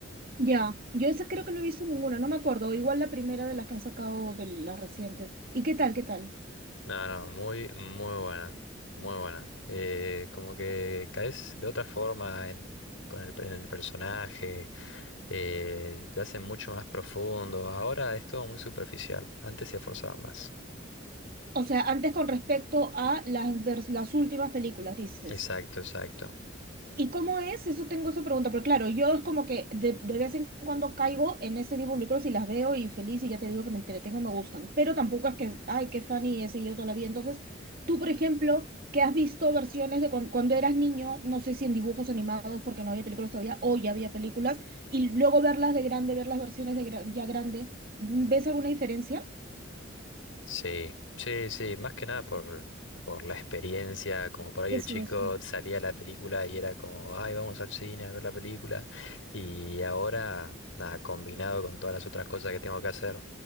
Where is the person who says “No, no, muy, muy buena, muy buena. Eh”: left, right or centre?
Left